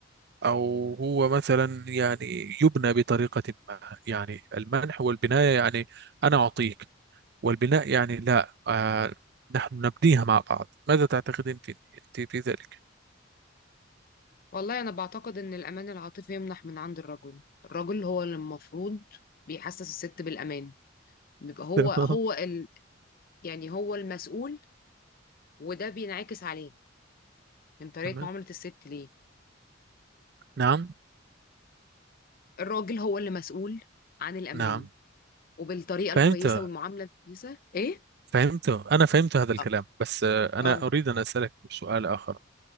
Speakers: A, on the right (about 55°); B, on the left (about 50°).
A: أو هو مثلا يعني يبنى بطريقة ما يعني المنح والبناية يعني أنا أعطيك والبناء يعني لا آه نحن نبنيها مع بعض ماذا تعتقدين في أنت في ذلك
B: والله أنا بعتقد إن الأمان العاطفي يمنح من عند الرجل الرجل هو اللي المفروض بيحسس الست بالأمان بيبقى هو
A: تمام
B: هو ال... يعني هو المسؤول وده بينعكس عليه من طريقة
A: تمام
B: معاملة الست ليه
A: نعم
B: الراجل هو اللي مسؤول عن الأمان
A: نعم
B: وبالطريقة
A: فهمت
B: الكويسة والمعاملة الكويسة إيه؟
A: فهمت أنا فهمت هذا الكلام
B: آه
A: بس آه أنا
B: آه،
A: أريد أن أسألك سؤال آخر